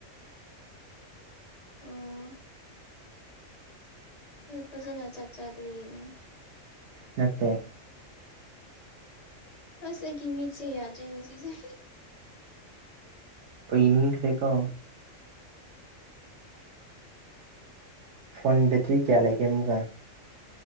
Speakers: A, on the left; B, on the right.
A: ꯑꯥ ꯐꯖꯅ ꯆꯥꯛ ꯆꯥꯗꯕꯤꯒꯤꯅꯦ
B: ꯅꯠꯇꯦ
A: ꯍꯁ ꯑꯩꯒꯤ ꯃꯤꯠꯁꯦ ꯌꯥꯗ꯭ꯔꯦ ꯉꯁꯤꯁꯦ
B: ꯏꯅꯤꯡꯁ ꯔꯦꯀꯣ ꯐꯣꯟ ꯕꯦꯇ꯭ꯔꯤ ꯀꯌꯥ ꯂꯩꯒꯦ ꯑꯃꯒ